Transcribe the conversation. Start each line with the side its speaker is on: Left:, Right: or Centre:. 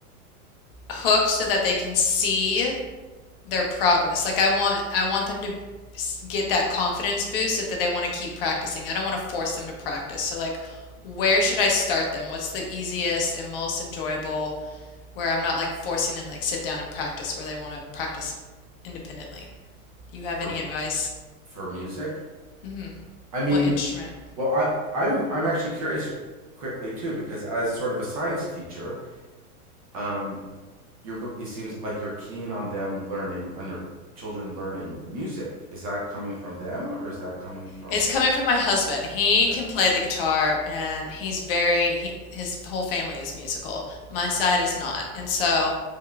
Left: hooked so that they can see their progress. Like I want I want them to get that confidence boost so that they want to keep practicing. I don't want to force them to practice. So like where should I start them? What's the easiest and most enjoyable where I'm not like forcing them to like sit down and practice where they want to practice independently. Do you have
Right: For
Left: any advice?
Right: for music,
Left: hmm
Right: I mean,
Left: What instrument?
Right: well, I I'm I'm actually curious quickly too because as sort of a science teacher, um, you're it seems like you're keen on them learning on your children learning music. Is that coming from them or is that coming from?
Left: It's coming from my husband. He
Right: Okay,
Left: can play the guitar and he's very, he, his whole family is musical. My
Right: okay,
Left: side is not. And so